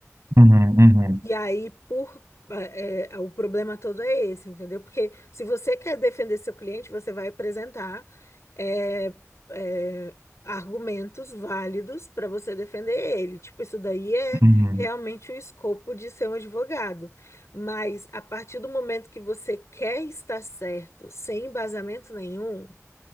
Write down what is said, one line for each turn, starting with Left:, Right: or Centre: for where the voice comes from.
Right: uhum, uhum,
Left: E aí, por é, é, o problema todo é esse, entendeu? Porque se você quer defender seu cliente, você vai apresentar é, é, argumentos válidos para você defender ele. Tipo, isso daí é
Right: uhum.
Left: realmente o escopo de ser um advogado. Mas a partir do momento que você quer estar certo, sem embasamento nenhum,